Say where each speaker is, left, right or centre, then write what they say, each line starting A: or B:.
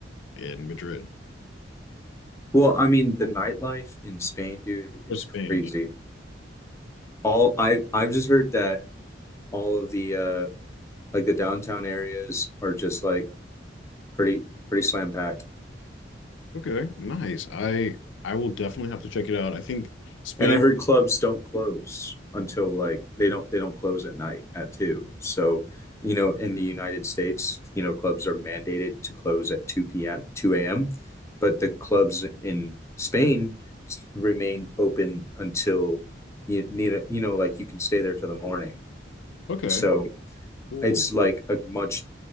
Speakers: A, on the left; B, on the left.
A: in Madrid
B: Well, I mean, the nightlife in Spain, dude, is
A: or Spain?
B: crazy.
A: Yeah.
B: All I I've just heard that all of the uh Like the downtown areas are just like pretty pretty slam packed.
A: Okay, nice. I I will definitely have to check it out. I think Spain.
B: And I heard clubs don't close until like they don't they don't close at night at two. So you know in the United States, you know clubs are mandated to close at two p.m. two a.m. But the clubs in Spain remain open until you need a, you know like you can stay there till the morning.
A: Okay,
B: So
A: cool.
B: it's like a much